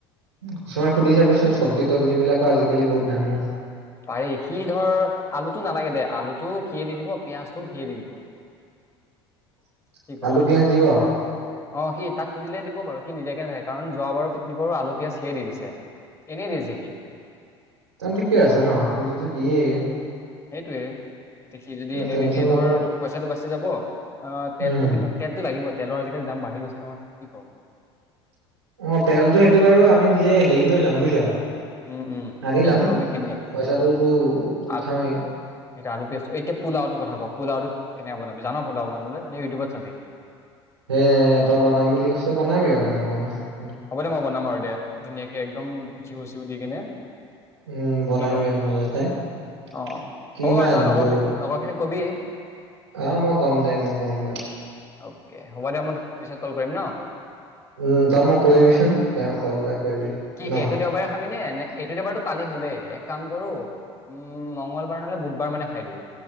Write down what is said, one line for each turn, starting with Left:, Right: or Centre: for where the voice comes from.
Right: কিছুমান সুধি চাবিচোন চব্জি তব্জি বিলাকৰো আজিকালি বহুত দামো।
Left: পাৰি সি ধৰ আলুটো নালাগে দে আলুটো সিয়ে দি দিব পিয়ঁয়াজটোও সিয়ে দি দিব।
Right: <unintelligible>
Left: কি কও?
Right: পিয়াজ দিব
Left: অ', সি তাক সুধিলে দিব বাৰু সি নিদিয়াকে নেথাকে কাৰণ যোৱ বাৰৰো পিকনিকৰ আলু পিয়াঁজ সিয়েই দি দিছে। এনেই দিছে সি।
Right: তেন্তে ঠিকেই আছে ন সি যদি দিয়েই।
Left: সেইটোৱে এতিয়া সি যদি এনে
Right: টেনচন
Left: দি দিয়ে
Right: ল'ব
Left: ধৰ পইচাটো বাচি যাব তেলটো
Right: উম
Left: কিন্তু তেলটো লাগিব তেলৰ আজিকালি বাঢ়ি গৈছে নহয় কি কওঁ।
Right: অ', তেলতো সেইটো বাৰু আমি নিজে হেৰি কৰি লম বুজিছ।
Left: উম উম
Right: আনি
Left: তেলটো
Right: লম
Left: আমি কিনি ল'ম
Right: পইচাটোত উঠামে।
Left: আ আলু পিঁয়াজ এতিয়া পোলাও টোৰ কথা ক পোলাও কেনে বনাবি জান পোলাও নাবলৈ নে ইউটিউবত চাবি?
Right: সেই তই বনাম বুলি কৈছ বনাবি আৰু কেনেকে বনাবি।
Left: হ'ব দে মই বনাম আৰু দে ধুনীয়াকে একদম ঘিউছো দি কিনে।
Right: <inaudible>
Left: কি ক অ',
Right: কিমান
Left: হ'ব বাৰু তই লগ
Right: তোৰ
Left: লগৰ খিনিক কবি।
Right: অ', মই ক'ম দে মই ক'ম বাৰু।
Left: অকে হ'ব দে মই তোক পিছত কল কৰিম ন।
Right: উম ত মোক কিচোন তেওঁ কল এটা কৰিবি।
Left: কি
Right: ন
Left: এইটো দেওবাৰে খাবিনে নে এইটো দেওবাৰতটো কালি হলেই এক কাম কৰোঁ উম' মংগলবাৰ নহ'লে বুধবাৰ মানে খাই দিওঁ।